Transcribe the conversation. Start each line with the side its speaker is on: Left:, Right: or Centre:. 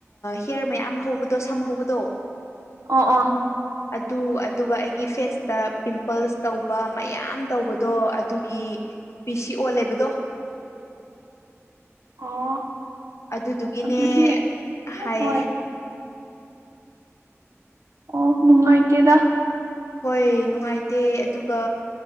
Left: ꯍꯤꯌꯔ ꯃꯌꯥꯝ ꯍꯧꯕꯗꯣ ꯁꯝ ꯍꯧꯕꯗꯣ
Right: ꯑ‌ꯣ ꯑꯣ
Left: ꯑꯗꯨ ꯑꯗꯨꯒ ꯑꯩꯒꯤ ꯐꯦꯁꯇ ꯄꯤꯝꯄꯜꯁ ꯇꯧꯕ ꯃꯌꯥꯝ ꯇꯧꯕꯗꯣ ꯑꯗꯨꯒꯤ ꯄꯤ ꯁꯤ ꯑꯣ ꯂꯩꯕꯗꯣ
Right: ꯑꯣ
Left: ꯑꯗꯨꯗꯨꯒꯤꯅꯦ
Right: ꯑꯗꯨꯗꯤ
Left: ꯍꯥꯏꯌꯦ
Right: ꯍꯣꯏ ꯑꯣ ꯅꯨꯡꯉꯥꯏꯇꯦꯗ
Left: ꯍꯣꯏ ꯅꯨꯡꯉꯥꯏꯇꯦ ꯑꯗꯨꯒ